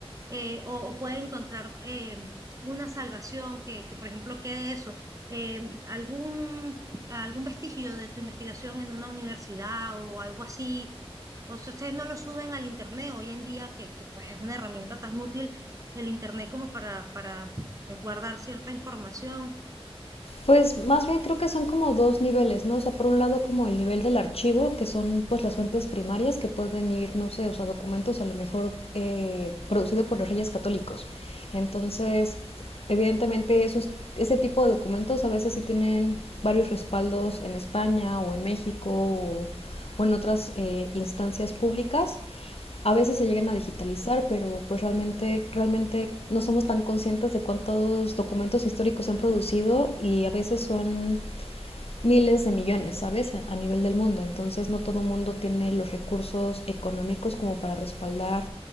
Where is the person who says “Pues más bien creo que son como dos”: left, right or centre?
Left